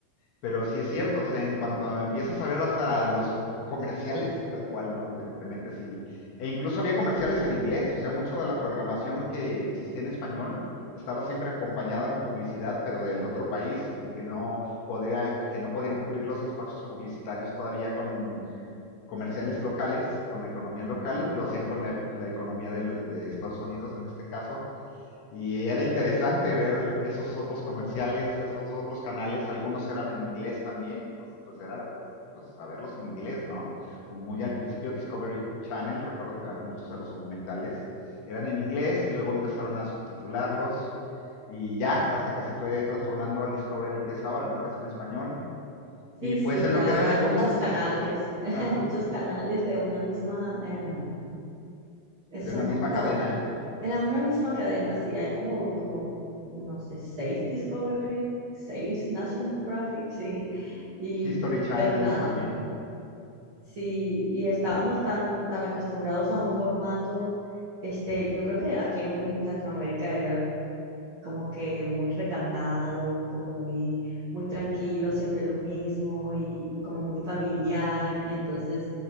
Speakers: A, on the left; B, on the right.
A: Pero sí es cierto, o sea, en cuanto empiezas a ver hasta los comerciales, tal cual, ¿no? De que te metes y... E incluso había comerciales en inglés, o sea, mucho de la programación que existía en español estaba siempre acompañada con publicidad, pero del otro país, en que no, podía, que no podían cubrir los espacios publicitarios todavía con comerciales locales, con la economía local, lo hacían con la, la economía de, de Estados Unidos en este caso, y era interesante ver esos otros comerciales, esos otros canales, algunos eran en inglés también, entonces pues era pues, pues saberlos en inglés, ¿no? Como muy al principio Discovery Channel, recuerdo que muchos de los documentales eran en inglés y luego empezaron a subtitularlos y ya hasta que se fue transformando al Discovery que es ahora, ¿no? Que es en español. Y
B: Sí,
A: pues
B: sí,
A: en
B: y
A: lo
B: ahora
A: que desembocó,
B: hay muchos canales, <laughs>
A: ajá,
B: muchos canales de una misma, em, eh,
A: de
B: son
A: una
B: como
A: misma cadena,
B: de la una misma cadena, sí, hay como, como, no sé, seis Discovery, seis National Geographic, <laughs> sí, y,
A: History Channels
B: pero nada,
A: también,
B: sí, y estábamos tan, tan acostumbrados a un formato, este, yo creo que aquí en Latinoamérica era como que muy recatado, como muy, muy tranquilo, siempre lo mismo y como muy familiar. Y entonces